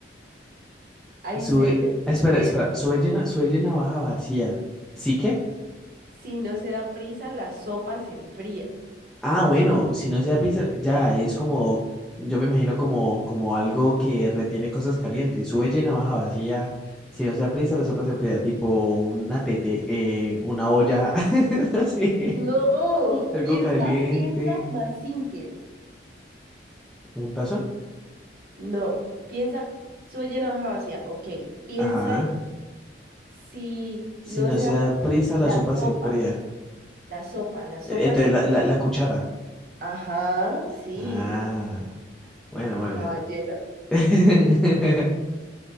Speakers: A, on the right; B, in the centre.
A: Ay,
B: Sube.
A: Sergio,
B: Espera,
A: creo.
B: espera. Sube llena, sube llena, baja vacía. ¿Sí que?
A: Si no se da prisa, la sopa se enfría.
B: Ah, bueno, si no sea pizza, ya es como. Yo me imagino como, como algo que retiene cosas calientes. Sube llena, baja vacía. Si no sea prisa, la sopa se enfría, tipo una tete, eh, una olla, <laughs> así,
A: No,
B: algo
A: piensa,
B: caliente,
A: piensa más simple.
B: un tazón.
A: No, piensa, soy una hoja vacía. Ok, piensa
B: Ajá.
A: en si
B: Si
A: no
B: no
A: se
B: se
A: ha
B: da prisa, la
A: la
B: sopa
A: sopa,
B: se enfría.
A: la sopa, la sopa
B: Eh, Entonces,
A: se...
B: la, la la cuchara.
A: Ajá, sí,
B: Ah, bueno, bueno.
A: la ballena.
B: <laughs>